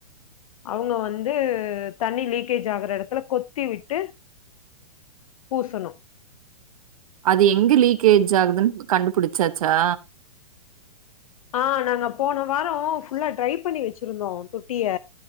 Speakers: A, on the left; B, on the right.
A: அவங்க வந்து தண்ணி லீக்கேஜ் ஆகிற எடத்துல கொத்தி விட்டு பூசணு
B: அது எங்க லீக்கேஜ் ஆகுதுன்னு கண்டுபிடிச்சாச்சா
A: ஆ நாங்க போன வாரோ ஃபுல்லா ட்ரை பண்ணி வச்சிருந்தோ தொட்டிய